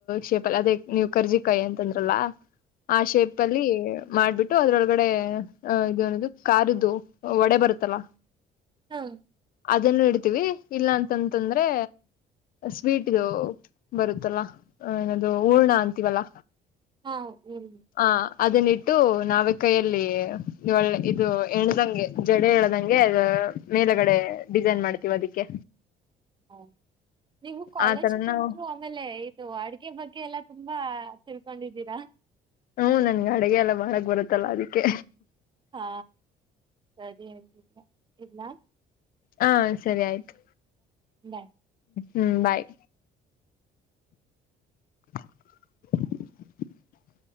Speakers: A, on the left (about 60°); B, on the right (about 30°).
A: ಶೇಪಲ್ ಅದೇ ನೀವು್ ಕರ್ಜಿಕಾಯಿ ಅಂತಂದ್ರಲ್ಲ. ಆ ಶೇಪ್ ಅಲ್ಲಿ. ಮಾಡ್ಬಿಟ್ಟು ಅದ್ರೊಳಗಡೆ ಆ ಇದೆ ನದು ಕಾರದ್ ವಡೆ ಬರುತ್ತಲ್ಲ.
B: ಹ್ಮ.
A: ಅದನ್ನು ಇಡ್ತಿವಿ ಇಲ್ಲ ಅಂತಂದರೇ. ಅಂದ್ರೆ ಸ್ವೀಟ್ದು ಬರುತ್ತಲ್ಲ ಏನದು ಊರ್ಣ ಅಂತೀವಲ್ಲ.
B: ಹಾ ಹ್ಮ್.
A: ಆ ಅದನ್ನಿಟ್ಟು ನಾವೇ ಕೈಯಲ್ಲಿ ಒಳ್ಳ ಇದು ಎಣದಂಗೆ ಜಡೆ ಎಣದಂಗೆ ಅದು ಮೇಲಗಡೆ ಡಿಸೈನ್ ಮಾಡ್ತೀವಿ ಅದಕ್ಕೆ.
B: ಹಾ. ನೀವು ಕಾಲೇಜ್
A: ಆ ತರ
B: ಪಂಟ್ರು
A: ನಾವು
B: ಆಮೇಲೆ ಇದು ಅಡ್ಗೆ ಬಗ್ಗೆ ಎಲ್ಲಾ ತುಂಬ. ತುಂಬಾ ತಿಳ್ಕೊಂಡಿದ್ದೀರಾ.
A: ಹ್ಮ ನನ್ಗೆ ಅಡಗೆ ಎಲ್ಲ ಮಾಡಕ್ ಬರುತ್ತಲ್ಲ ಅದಕ್ಕೆ.
B: ಹಾ ಸರಿ ಹಾಗಿದ್ರೆ ಇಡ್ಲಾ
A: ಹಾ ಸರಿ ಆಯ್ತು.
B: ಬಾಯ್.
A: ಹ್ಮ್ ಬಾಯ್. <inaudible>